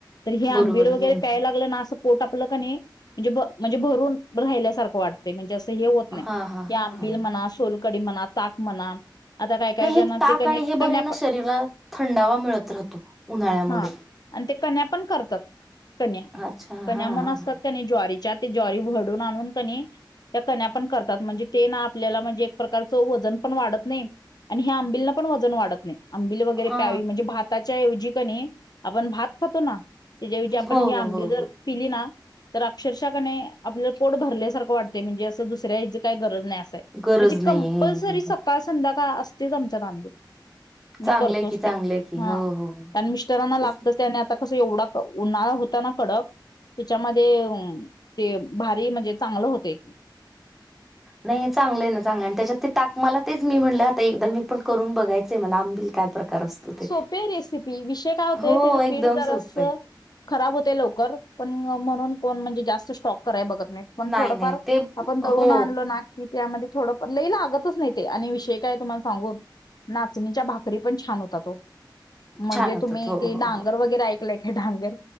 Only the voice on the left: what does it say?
तर हे आंबील
वगैरे
प्यायला लागलं ना! असं पोट आपलं कनी म्हजे भ म्हजे भरून राहिल्यासारखं वाटतय म्हणजे अस स हे होत नइ
ते आंबिल
म्हणा, सोलकडी म्हणा, ताक म्हणा, आता काय काय
करणार
ते कणी
कण्या
पण
हा आणि ते कन्या पण करतात कन्या
कन्या
म्हणुन
असतात
कनी ज्वारीच्या ज्वारी भरडून आणून कनी त्या कन्या पण करतात म्हणजे ते ना! आपल्याला म्हणजे एक प्रकारच वजन पण वाढत नइ, आणि ह्या आंबिलन पण वजन वाढत नइ. आंबिली वगैरे
प्यावी म्हणजे भाताच्याऐवजी कणी आपण भात खातो ना! त्याज्याऐवजी आपण
ही आंबली
जर
पिली ना! तर अक्षरशा कने आपलं पोट भरल्यासारखं वाटतय म्हणजे, असं दुसऱ्या हेजी काय गरज नइ
म्हणजे कंपलसरी
सकाळ संध्याकाळ असतयच आमच्या आंबिल. मी
करतोच
ते
हा
कारन मिस्टरांना लागतच
ते आणि आता कस एवढा क उन्हाळा हुता ना कडक त्येच्यामध्ये उम ते भारी म्हणजे चांगलं होतय.
सोपीय
रेसिपी विषय काय हुतोय
तज
पीठ जरास
खराब होतय लवकर पण म्हणून कोण म्हणजे जास्त स्टॉक कराय बगत नाहीत पण
थोडफार
आपण दळुन
आणलो ना की त्यामध्ये थोडं पण लई लागतच नाई ते आणि विषय काय तुम्हाला सांगू नाचणीच्या भाकरी पण छान होतात. म्हण्जे
तुम्ही
ते
डांगर
वगैरे ऐकलय का डांगर